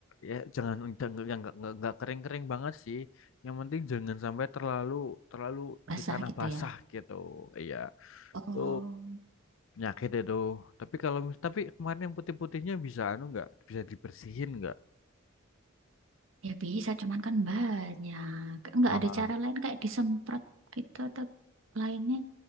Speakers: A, on the left; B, on the right.
A: ya jangan jangan- yang enggak enggak enggak kering-kering banget sih. Yang penting jangan sampai terlalu terlalu
B: <laughs> Basah
A: di tanah
B: gitu
A: basah
B: ya.
A: gitu. Iya,
B: Oh,
A: itu penyakit itu. Tapi kalau mis- tapi kemarin yang putih-putihnya bisa anu enggak? Bisa dibersihin enggak?
B: Ya bisa, cuman kan banyak. Nggak
A: Ah,
B: ada cara lain kayak disemprot gitu atau lainnya.